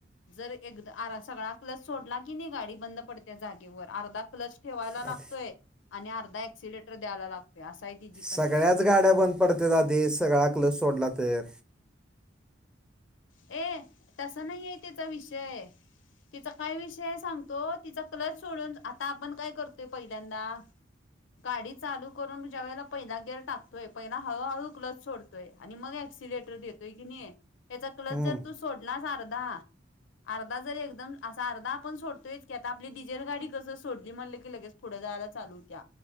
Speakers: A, on the left; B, in the centre.
A: जर एकदा आरा सगळा क लस सोडला की नाही गाडी बंद पडते्या जागेवर अर्धा प्लस ठेवायला
B: अग,
A: लागतोय आणि अर्धा एक्सिलेटर द्यायला लागतोय. असा आहे तिची कंडिशन.
B: सगळ्याच गाड्या बंद पडत राधे सगळा कलस सोडला तर
A: ए तसं नाही आहे तेचा विषय तिचा काय विषय सांगतो तिचा क्लच सोडून आता आपण काय करतोय पहिल्यांदा. गाडी चालू करून तुझ्या वेळेला पहिला गेर टाकतोय पहिला हळूहळू क्लस सोडत. य आणि मग क्सिलेटर देतोय की नाही याचा क्लच
B: हम्म
A: जर तू सोडलास अर्धा अर्धा जरी एकदम असा अर्धा आपण सोडतोय की आता आपली डिझेल गाडी कसं सोडली म्हणलं की लगेच. पुढं जायला चालू होत्या